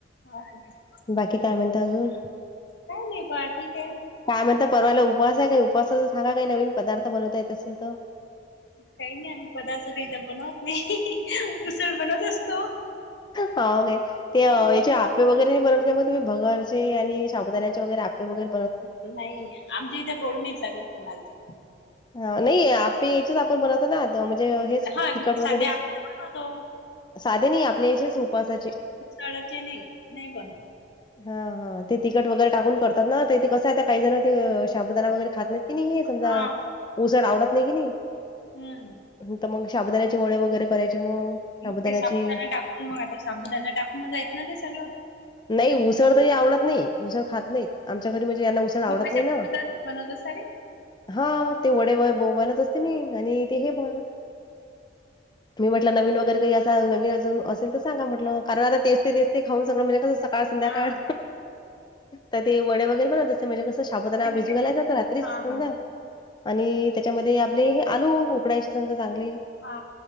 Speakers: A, on the left; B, on the left.
A: काय?
B: बाकी काय म्हणता अजून?
A: काय नाही. बाकी काय?
B: काय म्हणता. परवाला उपवास आहे काय? उपवासाचा सांगा काही नवीन पदार्थ बनवता येत असेल त.
A: काही नाही आम्ही पदार्थ काहीता बनवत. नाही उसळ बनवत असतो.
B: हाव काय? ते
A: हम्म.
B: येच्या आपे वगरे नाही बनवत काय म तुम्ही. भगर ते आणि शाबूदानाचे वगरे आपे वगरे
A: नाही. आमच्या इथे गोड नाहीेच लागत कोणालची.
B: ह नाही आपे याचेच आपण बनवतो ना. म्हणजे हेच
A: हा
B: तिकट
A: साध्या
B: वगैरे
A: आपल्याला बनवतो
B: साधे नाही आपल्या याच्याच उपवासाचे.
A: उसाळाचे नाही नाही बन
B: हा हा ते तिकट वगैरे टाकून करतात नाथे कसं आहे काही जण ते साबुदाना वगैरे खात नाही. त हे समजा.
A: हा
B: उसड आवडत नाही कि नाही
A: हम्म
B: तर मग शाबदानाचे ओळे वगैरे करायचे मग.
A: मग
B: साबुदाण्याची
A: ते साबुददाानना टाकून मग आता साबुदाना टाकून जा आहेतेत ना ते सगळं.
B: नाही उसड तरी आवडत नाही उसड खात नाहीत. आमच्या घरी म्हणजे यांना उसळ आवडत
A: मग कसे
B: नाही ना.
A: बनवतात बनवत सारे
B: हा ते वडे व बवनत असते मी आणि ते हे ब मी म्हटलं नवीन वगैरे काही असं नवीन अजून असेल तर सांगा म्हटलं. कारण आता तेस्ते तेस्ते खाऊन सगळं म्हणजे कसं सकाळ संध्याकाळ
A: हा
B: तर ते वडे वगैरे बनवत. म्हणजे कसं सााबताना
A: ते
B: भिज घाला जात रात्रीच
A: हा
B: सजा.
A: हा
B: आणि त्याच्यामध्ये आपले हे आलू उकडायचे सजा चांगले.
A: हा.